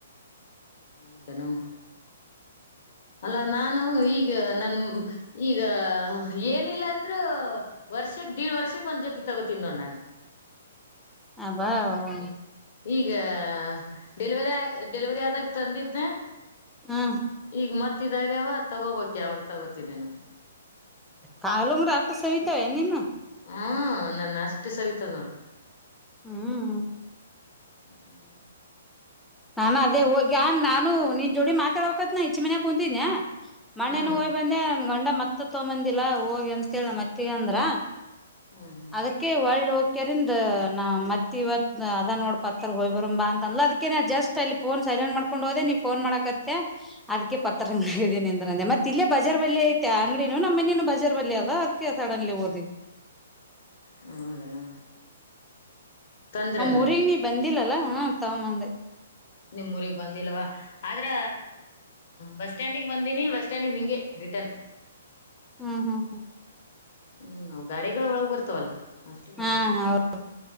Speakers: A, on the left; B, in the centre.
A: ಹೌದನು ಅಲ್ಲಾ ನಾನು ಈಗ ನನ್ ಈಗ ಏನಿಲ್ಲ ಅಂದ್ರೂ ವರ್ಷಕ್ ದೀ ವರ್ಷಕ್ ಒಂದ್ ಜೊತಿ ತಗೋತನ್ ನೋಡ್ ನಾನ್
B: ಅಬಾಬಾ
A: ಈಗ ಡೆಲಿವರಿ ಡೆಲಿವರಿ ಆದಾಗ ತಂದಿದ್ನ
B: ಹ್ಮ್
A: ಈಗ ಮತ್ ಗತ್ತಿದಾಗ್ಯವ ಅದ್ ತಗೋಬಕ್ ಯಾವಾಗ ತಗೋತಿನೇನ
B: ಕಾಲುಮ್ರ ಆಟ್ಟ್ ಸವಿತಾವೇನ್ ನನ್ನವ್
A: ಹ್ಮ ನನ್ನ ಅಷ್ಟು ಸವಿತವ್ ನೋಡು
B: ಹ್ಮ್
A: ಹ್ಮ್
B: ನಾನ ಅದೇ ಹೋಗ್ಗಾನ್ ನಾನು ನಿನ್ ಜೋಡಿ ಮಾತಾಡೊಕತ್ನ ಇಚ್ ಮನ್ಯಗ್ ಕುಂತಿದ್ನ್ಯ ಮಣ್ಣೇ
A: ಹ್ಮ್
B: ನ ಹೊಯ್ ಬಂದೆ ನನ್ ಗಂಡ ಮತ್ ಮತ್ತ ತಗೊಂದಿಲ್ಲಾ ಹೋಗಿ ಅಂತೇಳ ಮತ್ತೇಗ್ ಅಂದ್ರ
A: ಹ್ಮ್ ಹ್ಮ್
B: ಅದಕ್ಕೆ ವಳ್ಳ್ ಹೋಗ್ ಕೆರಂದ್ ನಾ ಮತ್ ಇವತ್ ಅದ ನೋಡ್ ಪತ್ರ ಹೊಯ್ ಬರಂಬಾ ಅಂತ ಅನ್ಲ ಅದಕ್ಕೆ ನಾ ಜಸ್ಟ್ ಅಲ್ಲಿ ಫೋನ್ ಸೈಲೆಂಟ್ ಮಾಡ್ಕೊಂಡ್ ಹೋದೆ ನೀ ಫೋನ್ ಮಾಡಕತ್ಯ ಅದ್ಕ್ ಪತ್ರ ಹಂಗಿದೀನಿ ಅಂದ್ರ ಅಂದೆ ಮತ್ ಇಲ್ಲೇ ಬಜಾರ್ ಬಳಿ ಐತೆ ಆ ಅಂಗಡಿನು ನಮ್ಮ ಮನೇನು ಬಜಾರ್ ಬಳಿ ಅವ ಅದ್ಕೆ ಸಡನ್ಲಿ ಓದಿ
A: ಹೌದೇನು ತಂದ್ರೇನು
B: ನಮ್ಮ್ ಊರಿ
A: ಈಗ
B: ನೀ ಬಂದಿಲ್ಲ ಹ ತಮಅಂದೆ
A: ನಿಮ್ ಊಗ್ ಬಂದಿಲ್ಲವಾ ಆದ್ರ ಬಸ್ ಸ್ಟ್ಯಾಂಡಿಗೆ ಬಂದೀಿನಿ ಬಸ್ ಸ್ಟ್ಯಾಂಡಿಗೆ ನಿಂಗೆ ರಿಟರ್ನ್
B: ಹ್ಮ್ ಹ್ಮ್ ಹ್ಮ್
A: ಹ್ಮ್ವು ಗಾಡಿಗಳ ಒಳಗ್ ಬರ್ತಾವಲ್ಲ ನಷ್ಟ
B: ಹಾ
A: ನೋಡಿ
B: ಹೌದ್